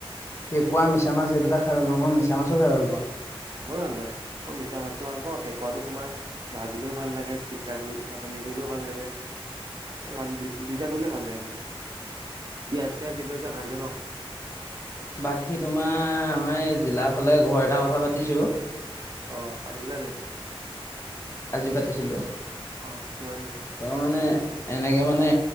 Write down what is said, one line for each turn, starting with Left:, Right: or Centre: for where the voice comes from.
Left: কেঁকোৱা মিছা মাছ এই দুটা খাই ভাল পাওঁ মই মিছা মাছো খাই ভাল পাওঁ।
Right: মইো ভাল পাওং মই মিছা মাছটোো ভাল পাওঁ কেঁকোৱাটো তোমাৰ ভাজিলেও ভাল লাগে পিটিকা কৰি চাটনি কৰিলেও ভাল লাগে ভাল দু দুইটা
Left: উম,
Right: কৰিলে ভাল লাগে মানে পিয়াজ চিয়াজ দি পেলাই যেতিয়া ভাজে ন'
Left: বাকী তোমাৰ আমাৰ এই জিলা ফালে ঘৰ এটা কথা পাতিছোঁ
Right: অ', পাতিছিলা নেকি?
Left: আজি পাতিছিলোঁ
Right: অ কিমান গৈছে
Left: তাৰ মানে
Right: এনে
Left: মানে